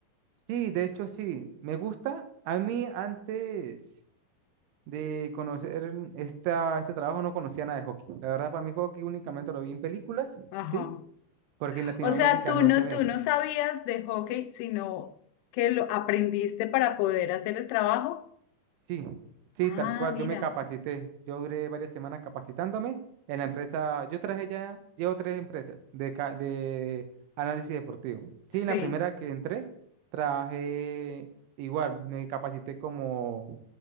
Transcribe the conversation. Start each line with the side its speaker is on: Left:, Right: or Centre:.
Right: Sí, de hecho sí, me gusta. A mí antes de conocer esta, este trabajo no conocía nada de hockey. La verdad, para mí hockey únicamente lo vi en películas,
Left: Ajá.
Right: ¿sí? Porque en Latinoamérica
Left: O sea, tú
Right: no
Left: no,
Right: se ve.
Left: tú no sabías de hockey, sino que lo aprendiste para poder hacer el trabajo.
Right: Sí, sí,
Left: Ah,
Right: tal cual.
Left: mira,
Right: Yo me capacité. Yo duré varias semanas capacitándome en la empresa. Yo traje ya, llevo tres empresas de, ca- de análisis deportivo.
Left: sí,
Right: Sí, la primera que entré, traje igual, me capacité como